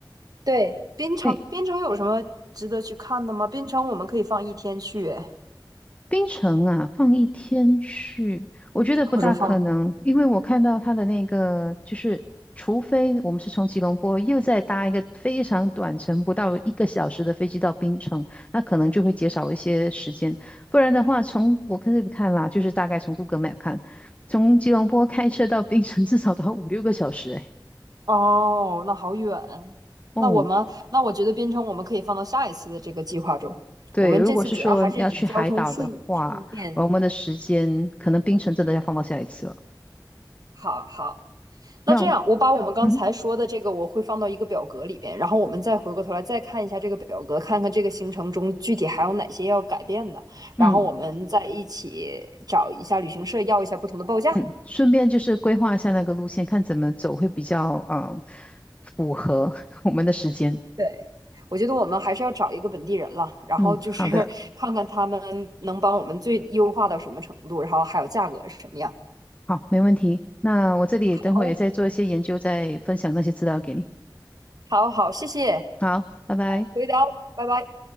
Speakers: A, on the right (about 55°); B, on the left (about 20°).
A: 对，边城边城有什么值得去看的吗？
B: 对，
A: 边城我们可以放一天去，哎
B: 槟城啊，放一天去，我觉得不大可能，
A: 或者放，
B: 因为我看到他的那个，就是除非我们是从吉隆坡又再搭一个非常短程，不到一个小时的飞机到槟城，那可能就会减少一些时间。不然的话，从我可以看啦，就是大概从 Google Map 看，从吉隆坡开车到槟城 <laughs> 至少都要五六个小时诶。
A: 哦，那好远。
B: 哦，
A: 那我们那我觉得边城我们可以放到下一次的这个计划中。
B: 对，
A: 我们这次主要还是以交通顺顺便
B: 如果是说要去海岛的话，我们的时间可能槟城真的要放到下一次了。
A: 好好，那这样我把我们刚才说的这个我会放到一个表格里边，
B: 那嗯。
A: 然后我们再回过头来再看一下这个表格，看看这个行程中具体还有哪些要改变的，
B: 嗯，
A: 然后我们再一起找一下旅行社要一下不同的报价。
B: 嗯，顺便就是规划一下那个路线，看怎么走会比较嗯符合 <laughs> 我们的时间。
A: 对，我觉得我们还是要找一个本地人了，然后就是
B: 嗯，好的，
A: <laughs> 看看他们能帮我们最优化到什么程度，然后还有价格是什么样。
B: 好，没问题。那我这里等会也再做一些研究，
A: 好，
B: 再分享那些资料给你。
A: 好，好，谢谢，
B: 好，拜拜。
A: 回聊，拜拜。